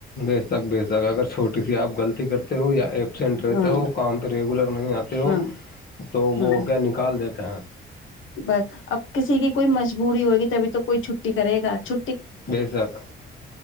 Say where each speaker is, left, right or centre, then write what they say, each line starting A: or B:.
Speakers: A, on the left; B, on the left.
A: بیے تک بیے تک اگر چھوٹی سی آپ غلطی کرتے ہو یا ایبسینٹ رہتے
B: ہوں
A: ہو کام پہ ریگولر نہیں آتے ہو
B: ہوں
A: تو وہ
B: ہوں
A: ہو گیا نکال دیتے کہاں
B: بس اب کسی کی کوئی مجبوری ہوگی ت ابھی تو کوئی چھٹی کرے گا چ
A: بے شک